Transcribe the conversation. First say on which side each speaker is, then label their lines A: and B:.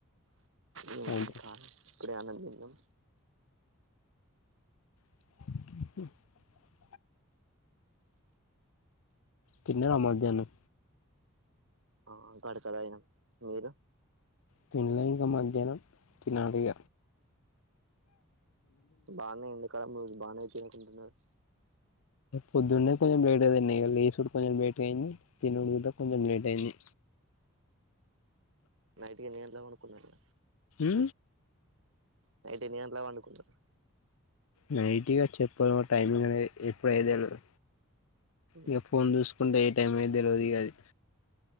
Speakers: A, on the right; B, on the left.
A: ఏముందింక
B: సాయంత్రం
A: ఇప్పుడే అన్నం తిన్నం
B: ఇకాే <unintelligible> తిన్నావా మధ్యానం
A: ఆ గడక దాగినం మీరు
B: తినలే ఇంక మధ్యాహ్నం తినాలిగ
A: బానే ఎంతకాల బాగానే చేయించుకుంటున్నారు
B: పొద్దున్నే కొంచెం లేట్ అయిదండి ఇ లేసుడు కొంచెం లేట్ అయింది తినుడుకూడ కొంచెం లేట్ అయింది
A: నైట్ కి ఎన్ని గంటలకు పనుకున్నరు
B: అ
A: నైటు ఎన్ని గంట్ల కు పండుకున్నరు
B: నైట్ ఇగ చెప్పలేం టైమింగ్ అనేది ఎప్పుడు అయ్యేది దెలవదు
A: ఉహు
B: ఇక ఫోన్ చూసుకుంటే ఏ టైం అయ్యేది తెలవదు అది